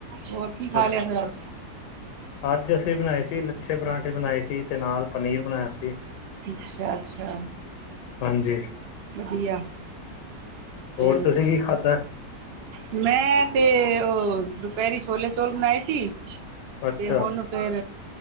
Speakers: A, on the right; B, on the left.
A: ਹੋਰ ਕੀ ਖਾਲਿਆ
B: ਤੁਸੀਂ
A: ਫਿਰ ਅਜ?
B: ਅੱਜ ਅਸੀਂ ਬਣਾਏ ਸੀ, ਲੱਛੇ ਪਰਾਂਠੇ ਬਣਾਏ ਸੀ। ਤੇ ਨਾਲ ਪਨੀਰ ਬਣਾਇਆ ਸੀ,
A: ਅੱਛਾ ਅੱਛਾ
B: ਹਾਂਜੀ।
A: ਵਧੀਆ। ਤੇ
B: ਹੋਰ, ਤੁਸੀਂ ਕੀ ਖਾਧਾ?
A: ਮੈਂ, ਤੇ ਉਹ, ਦੁਪਹਿਰੀ ਛੋਲੇ-ਚੋਲ ਬਣਾਏ ਸੀ,
B: ਅੱਛਾ
A: ਤੇ ਹੁਣ ਫਿਰ